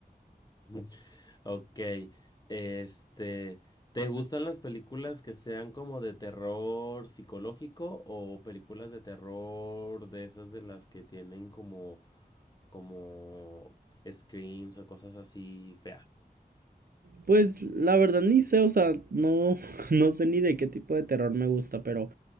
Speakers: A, on the left; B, on the right.
A: <laughs> Ok, este, ¿te gustan las películas que sean como de terror psicológico o películas de terror de esas de las que tienen como como screams o cosas así feas.
B: Pues la verdad ni sé, o sea, no, <laughs> no sé ni de qué tipo de terror me gusta, pero